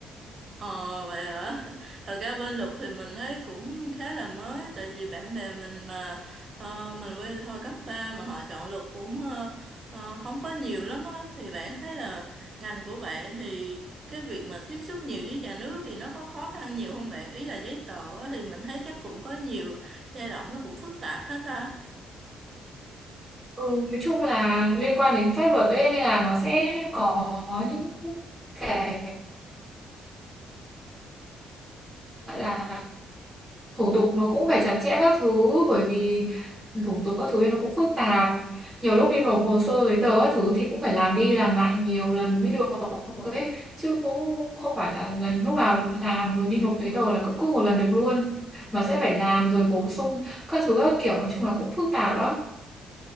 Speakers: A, on the right; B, in the centre.
A: ờ vậy hả <laughs> thật ra bên luật thì mình thấy cũng khá là mới tại vì bạn bè mình mà ờ, mình quen hồi cấp 3 mà họ chọn luật cũng ờ, ờ, không có nhiều lắm á thì bạn thấy là ngành của bạn thì cái việc mà tiếp xúc nhiều với nhà nước thì nó có khó khăn nhiều không bạn ý là giấy tờ á, thì mình thấy chắc cũng có nhiều giai đoạn nó cũng phức tạp hết ta
B: ừ nói chung là liên quan đến pháp luật ấy nên là nó sẽ có những cái gọi là thủ tục nó cũng phải chặt chẽ các thứ bởi vì ừ, thủ tục các thứ ấy nó cũng phức tạp nhiều lúc đi nộp hồ sơ giấy tờ các thứ thì cũng phải làm đi làm lại nhiều lần mới được ấy chứ cũng không phải là lần lúc nào làm rồi đi nộp giấy tờ là cũng cứ một lần được luôn mà sẽ phải làm rồi bổ sung các thứ các kiểu nói chung là cũng phức tạp đó